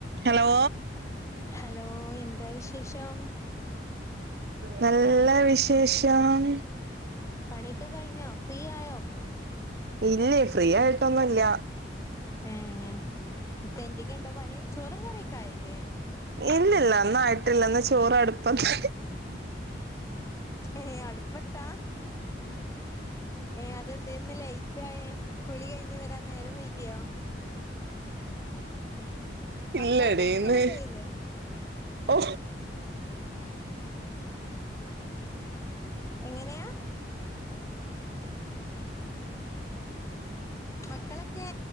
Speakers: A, on the right; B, on the left.
A: Hello
B: hello എന്താ വിശേഷം
A: നല്ല വിശേഷം
B: പണിയൊക്കെ കഴിഞ്ഞോ ഫ്രീ ആയോ?
A: ഇല്ലേ ഫ്രീ ആയിട്ടൊന്നും ഇല്ല
B: ഏ ഏ ഇപ്പ എന്തെക്കെ ഒണ്ട് പണി ചോറും കറിയൊക്ക ആയില്ലേ
A: ഇല്ലില്ല ഒന്നും ആയിട്ടില്ലാ ഇന്ന് ചോറ് അടുപ്പത്ത്
B: ഏ അടുപ്പത്താ ഏഹ് അതെന്താ ഇന്ന് ലേറ്റായേ കുളി കഴിഞ്ഞു വരാൻ നേരം വൈകിയോ മക്കളൊക്കെ
A: ഇല്ലടി
B: സ്കൂളില്
A: ഇന്ന്
B: പോയില്ലേ
A: ഓ
B: എങ്ങനെയാ മക്കളൊക്കെ